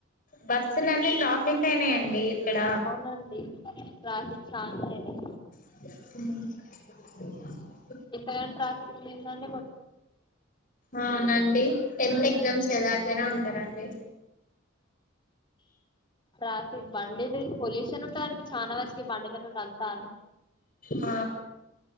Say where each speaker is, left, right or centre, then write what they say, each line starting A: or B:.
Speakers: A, on the left; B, on the left.
A: బస్సులన్నీ ట్రాఫిక్ అయినాయండి ఇక్కడ
B: అవునండి ట్రాఫిక్ చాలా అయినాయి
A: హుమ్
B: ఇక్కడా ట్రాఫిక్ ఉన్నిందండి
A: అవునండి టెన్త్ ఎగ్జామ్స్ కదా అట్టనే ఉంటరండి
B: ట్రాఫిక్ బండి దింగ్ పొల్యూషన్ ఉంటది చాన వరకి బండి మీద ఉన్నదంతా
A: ఆ